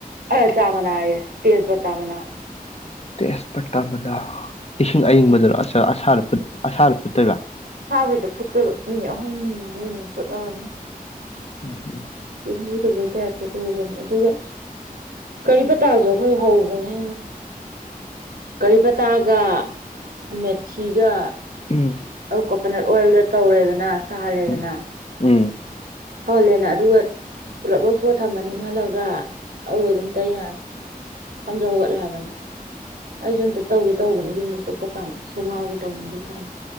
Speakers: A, on the right; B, on the left.
A: ꯑꯦ ꯆꯥꯃꯅꯥꯏꯌꯦ ꯇꯦꯖꯄꯇ ꯃꯅꯥ
B: ꯇꯦꯁꯄꯇ ꯃꯅꯥ ꯏꯁꯤꯡ ꯑꯏꯤꯡꯕꯗꯔꯣ ꯑꯁꯥ ꯑꯁꯥꯕꯗꯥ ꯐꯨꯠ ꯐꯨꯠꯇꯣꯏꯕ
A: ꯑꯁꯥꯕꯗ ꯐꯨꯠꯇꯣꯕ ꯃꯤꯅꯤꯠ ꯑꯍꯨꯝ ꯃꯔꯤꯃꯨꯛ ꯐꯨꯠꯂꯒ ꯑꯗꯨꯝ
B: ꯎꯝꯍꯝ <unintelligible>
A: <unintelligible> ꯇꯧꯕ ꯇꯥꯞꯇ ꯇꯧꯕꯅꯦ ꯑꯗꯨꯒ ꯀꯔꯤ ꯄꯇꯥꯁꯨ ꯑꯩꯈꯣꯏ ꯍꯧꯕꯅꯦ ꯀꯔꯤꯄꯇꯥꯒ ꯃꯦꯠꯊꯤꯒ
B: ꯎꯝ
A: ꯑꯜꯀꯣ ꯀꯣꯀꯣꯅꯠ ꯑꯣꯏꯜꯗ ꯇꯧꯔꯦꯗꯅ ꯁꯥꯍꯜꯂꯦꯗꯅ
B: ꯎꯝ ꯎꯝ
A: ꯁꯧꯍꯜꯂꯦꯅ ꯑꯗꯨꯒ ꯄꯨꯂꯞ ꯂꯧꯊꯣꯛꯑ ꯊꯝꯃꯅꯤ ꯏꯪꯍꯜꯂꯒ ꯑꯗꯨ ꯑꯗꯨꯝ ꯇꯩ ꯌꯥꯔꯅꯤ ꯁꯝꯖꯨ ꯍꯧꯒꯠꯂꯦ ꯍꯥꯏꯕꯅꯤ ꯑꯩꯁꯨꯦ ꯑꯝꯇ ꯇꯧꯒꯦ ꯇꯧꯕꯅꯦ ꯌꯨꯝꯗ ꯆꯠꯄ ꯀꯝꯀꯥꯟꯗ ꯁꯦꯝꯃꯛ ꯑꯒꯦ ꯇꯧꯅꯤ ꯑꯗꯨꯏ ꯊꯥꯎꯗꯨ